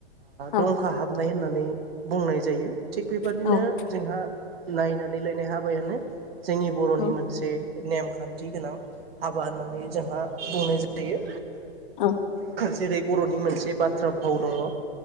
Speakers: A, on the left; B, on the right.
A: औ
B: दंखा हाबनाय होननानै बुंनाय जायो। थिग बेबादिनो
A: औ
B: जोंहा नायनानै लायनाय हाबायानो जोंनि बर'नि
A: औ
B: मोनसे नेमखान्थि गोनां हाबा होननानै जोंहा बुंनाय जायो।
A: औ
B: जेरै बर'नि मोनसे बाथ्रा भाव दङ'।